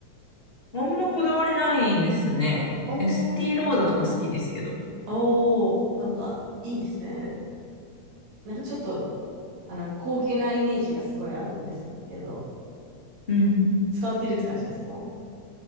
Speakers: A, on the left (about 20°); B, on the right (about 60°).
A: あんまこだわりないですね。
B: お
A: エスティローダとか好きですけど。
B: ーおー、なんか、いいですね。なんかちょっと、あの、高級なイメージがすごいあるんですけど、
A: うん。
B: 使ってるって感じですか